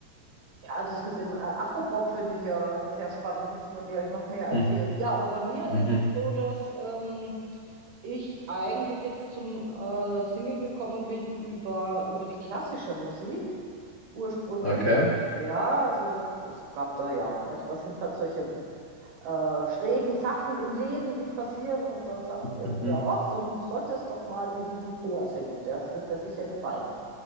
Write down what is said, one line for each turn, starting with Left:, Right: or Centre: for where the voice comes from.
Right: Ja, das mit dem äh, Afropop finde ich ja sehr spannend, musst du mir gleich noch mehr erzählen.
Left: Mhm.
Right: Ja, aber bei mir
Left: Mhm.
Right: ist es so, dass ähm, ich eigentlich jetzt zum äh, Single gekommen bin über, über die klassische Musik ursprünglich.
Left: Okay.
Right: Ja, also das, es gab da ja, manchmal sind es halt solche äh, schrägen Sachen im Leben, die passieren. Und dann sagt irgendwer,
Left: Mhm.
Right: ach, du solltest doch mal in diesem Chor singen, der wird dir sicher gefallen.